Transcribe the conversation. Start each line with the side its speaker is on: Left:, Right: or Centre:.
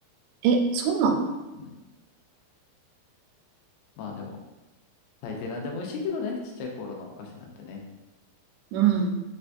Right: え、そうなの
Left: うん。まあでも、大抵何でも美味しいけどね、ちっちゃい頃のお菓子なんてね。
Right: うん。